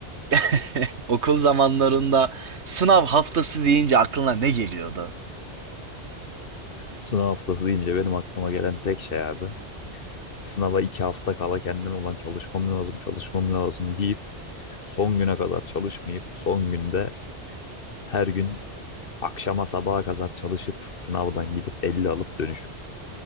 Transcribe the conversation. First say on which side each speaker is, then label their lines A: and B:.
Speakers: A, on the right (about 80°); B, on the left (about 55°).
A: <laughs> okul zamanlarında sınav haftası deyince aklına ne geliyordu?
B: sınav haftası deyince benim aklıma gelen tek şey abi. Sınava iki hafta kala kendime olan çalışmam lazım, çalışmam lazım deyip son güne kadar çalışmayıp son günde her gün Akşama sabaha kadar çalışıp sınavdan gidip 50 alıp dönüşüp